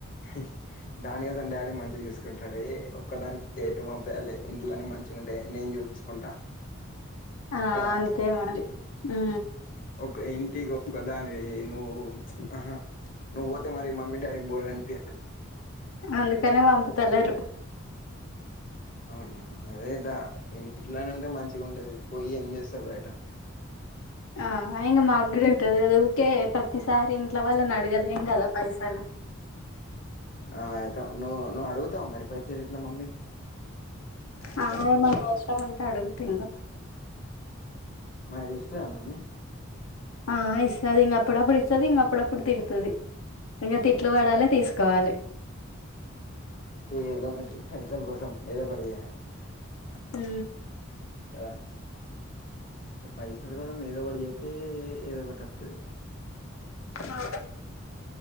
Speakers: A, on the left; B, on the left.
A: హ దాని కొ సం డాడీ మంచిగా చూసుకుంటాడు. ఒక్కదానికి ఎటు పంపేయాలి ఇంట్లోనే మంచిగా ఉంటే నేను చూ చూసుకుంటా
B: ఆ
A: కదా
B: అంతే మరి ఉ
A: ఒక ఇంటికి ఒక దానివి నువ్వు ఆహా నువ్వు పోతే మరి మమ్మి డాడి బోర్ గా అనిపియ్యదా,
B: అందుకనే పంపుతలేరు.
A: అవునా అదేదా ఇంట్లోనే ఉంటే మంచిగా ఉంటుది. పోయి ఏం చేస్తారు బయట
B: ఆ ఆయినా మాగ్డు ఉంటది కదా ఊకే ప్రతిసారి ఇంట్లో వాళ్ళని అడగలేం కదా పైసలు
A: ఆ అయితే నువ్వు నువ్వు అడుగుతావు మరి పైస ర ఇట్లా మమ్మీకి
B: అ ఏమనవసరం ఉంటే అడుగుతున్న
A: మరి ఇస్త మమ్మీ
B: ఆ ఇస్తది అప్పుడప్పుడు ఇస్తది అప్పుడప్పుడు తిడుతుది. ఇంకా తిట్లు పడాలి తీసుకోవాలి
A: ఏదో ఒకటి పైసల కోసం ఏదో ఒకటి చేయాలి.
B: హు
A: కదా పైసలు కదా ఏదో ఒకటి చేతే ఏదో ఒకటి వస్తుది.
B: ఆ